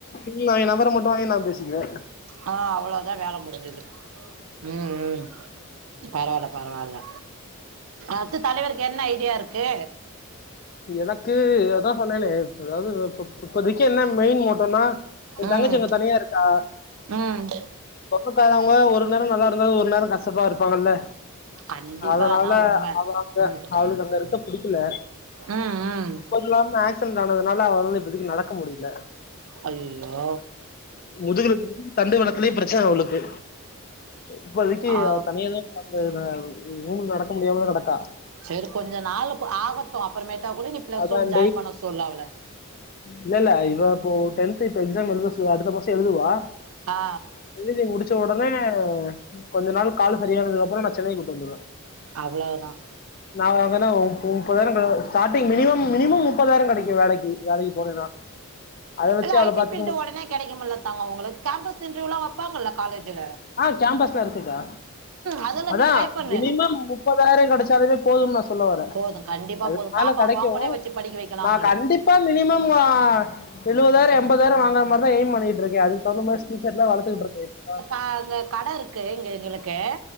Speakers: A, on the left; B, on the right.
A: இ நா ஏ நம்பர மட்டோ வாங்கி நா பேசிக்குற
B: அ அவ்ளோதா வேல முடிஞ்சது ம் ம் பரவால்ல பரவால்ல அத்து தலைவருக்கு என்ன ஐடியா இருக்கு
A: எனக்கு அதா சொன்னனே அதாவது இப் இப்பத்திக்கு என்ன மெயின் மோட்டோன்னா ஏ
B: ம்
A: தங்கச்சி அங்க தனியா இருக்கா
B: ம்
A: சொந்தக்காரவங்க ஒரு நேரோ நல்லா இருந்தாலு ஒரு நேரோ கசப்பா இருப்பாங்கல்ல
B: கண்டிப்பா
A: அதனால
B: அதான் உண்மை
A: அவ அந்த
B: ம்
A: அவளுக்கு அங்க இருக்க புடிக்கல
B: ம் ம்
A: அதுவு இல்லாம ஆக்சிடென்ட் ஆனதுனால அவளால இப்பதைக்கு நடக்க முடியில
B: ஐயய்யோ
A: முதுகுல தண்டு வளத்துலயு பிரச்சன அவளுக்கு இப்போதிக்கு
B: ஆ
A: அவ தனியா தா பாத்துக்குறா ரூம்ல நடக்க முடியாமதா கடக்கா
B: சரி கொஞ்ச நாள் ஆகட்டோ அப்புறமேட்டா கூட நீ பிளஸ்
A: அதான்
B: ஒன் ஜாயின் பண்ண சொல்லு அவள
A: இல்லல்ல இவ இப்போ டென்த் இப்ப எக்ஸாம் எழுத சு அடுத்த மாசோ எழுதுவா
B: ஆ
A: இழுதி முடிச்ச உடனே கொஞ்ச நாள் கால் சரியானதுக்கு அப்பறோ நா சென்னை கூட்டு வந்துருவே
B: அவ்ளவுதா
A: நா வந்தனா முப் முப்பதாயிரோ கு ஸ்டார்டிங் மினிமம் மினிமம் முப்பதாயிர கெடைக்கோ வேலைக்கி வேலைக்கு போனேன்னா அதை வச்சு
B: இல்ல
A: அவளை
B: ஐடி
A: பாத்துக்க
B: ஃபீல்டு
A: முடியும்
B: உடனே கெடைக்கு முல்ல தங்கோ உங்களுக் கேம்பஸ் இன்டர்வியூல்லா வப்பாங்கல்ல காலேஜுல
A: ஆ கேம்பஸ்லா இருக்குக்கா
B: அதெல்லாம்
A: அதா
B: நீ ட்ரை பண்ணு
A: மினிமம் முப்பதாயிர கெடைச்சாலே போதும் நா சொல்ல வரே
B: போதும் கண்டிப்பா
A: அதுக்கு
B: போதும்
A: மேல
B: பாப்பாவை
A: கெடைக்கு
B: வாங்க கூட வச்சு படிக்க வைக்கலாம்ல
A: நா கண்டிப் பா மினிமம் ஆ எழுவதாயிரோ எம்பதாயிறோ வாங்குற மாரிதா எய்ம் பண்ணிட்டு இருக்கே அதுக் தகுந்தமா ஸ்கில்ஸ் ஸெட்லா வளத்துட்டு இருக்கே இப்பதா
B: ஆங்க கட இருக்கு இங்க எங்களுக்கு